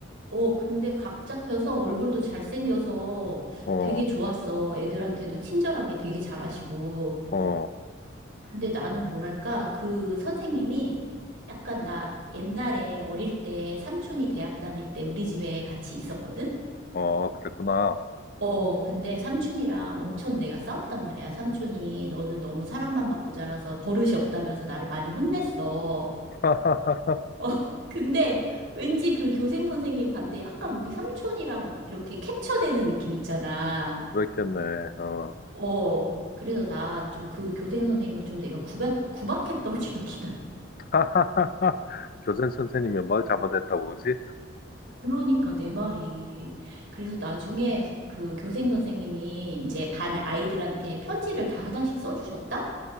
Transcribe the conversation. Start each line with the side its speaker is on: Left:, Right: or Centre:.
Right: 어, 근데 각 잡혀서 얼굴도 잘생겨서
Left: 어
Right: 되게 좋았어. 애들한테도 친절하게 되게 잘하시고.
Left: 어,
Right: 근데 나는 뭐랄까, 그 선생님이 약간 나 옛날에 어릴 때 삼촌이 대학 다닐 때 우리 집에 같이 있었거든?
Left: 어, 그랬구나.
Right: 어, 근데 삼촌이랑 엄청 내가 싸웠단 말이야. 삼촌이 너는 너무 사랑만 받고 자라서 버릇이 없다면서 나를 많이 혼냈어. <laughs>
Left: <laughs>
Right: 어, 근데 왠지 그 교생 선생님 반대 약간 우리 삼촌이랑 이렇게 캡처되는 느낌 있잖아.
Left: 그랬겠네. 어.
Right: 어, 그래서 나 좀 그 교생 선생님을 좀 내가 구박, 구박했던 <laughs> 기억이 나.
Left: <laughs> 교생 선생님이 뭘 잘못했다고 그러지?
Right: 그러니까 내 말이. 그래서 나중에 그 교생 선생님이 이제 반 아이들한테 편지를 다 하나씩 써주셨다?